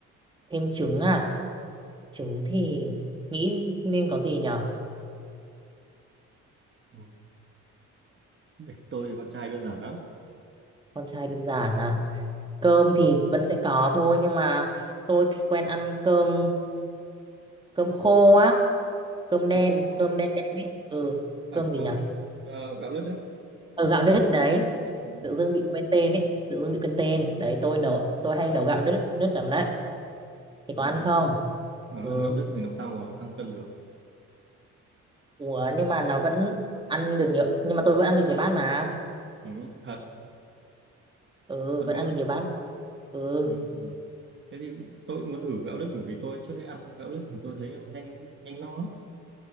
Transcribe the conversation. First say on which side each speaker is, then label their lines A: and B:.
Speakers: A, on the right; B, on the right.
A: thêm trứng à trứng thì nghĩ nên có gì nhở
B: Ừ. Để Tôi thì con trai đơn giản lắm.
A: con trai đơn giản à cơm thì vẫn sẽ có thôi nhưng mà tôi quen ăn cơm cơm khô á cơm đen
B: Cơm khô quá.
A: cơm đen đen ấy ừ
B: À
A: cơm gì
B: cơm
A: nhở
B: ờ, gạo lứt á.
A: ở gạo nếp đấy
B: Ừ.
A: tự dưng bị quên tên ấy tự dưng bị quên tên đấy tôi nấu tôi hay nấu gạo nếp nếp lắm đấy thì
B: Gạo
A: có ăn
B: lứt à.
A: không
B: Mà
A: ừ
B: ăn gạo lứt thì làm sao mà tăng cân được.
A: Ủa, nhưng mà nó vẫn ăn được nhiều nhưng mà tôi vẫn ăn được nhiều bát mà
B: Ừ. Thật.
A: ừ
B: Thật
A: vẫn
B: luôn.
A: ăn được nhiều bát ừ
B: Ừ. thế thì tôi cũng muốn thử gạo lứt bởi vì tôi trước đây ăn gạo lứt thì tôi thấy nó nhanh nhanh no lắm